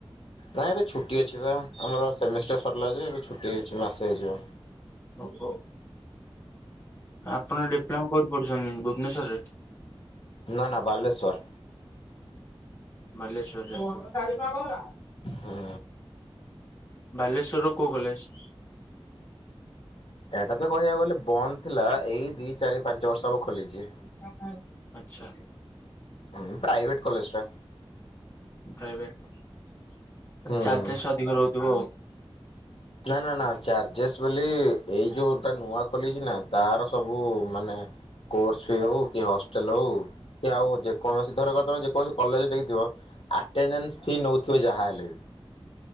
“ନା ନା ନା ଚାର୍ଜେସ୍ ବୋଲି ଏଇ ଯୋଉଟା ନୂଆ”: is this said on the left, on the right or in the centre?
Left